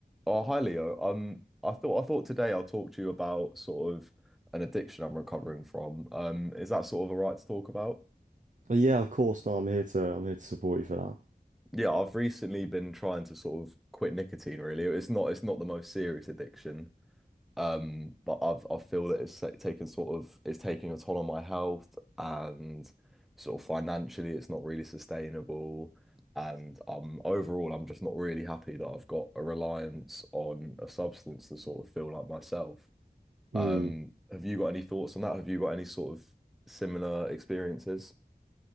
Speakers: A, in the centre; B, on the right (about 50°).
A: Oh, hi Leo. Um, I thought I thought today I'll talk to you about sort of an addiction I'm recovering from. Um, is that sort of all right to talk about?
B: But yeah, of course. No, I'm here to I'm here to support you for that.
A: Yeah, I've recently been trying to sort of quit nicotine really. It's not it's not the most serious addiction. Um, but I've I feel that it's like, taken sort of it's taking a toll on my health and sort of financially it's not really sustainable. And um, overall, I'm just not really happy that I've got a reliance on a substance to sort of feel like myself. Um,
B: Hmm.
A: have you got any thoughts on that? Have you got any sort of similar experiences?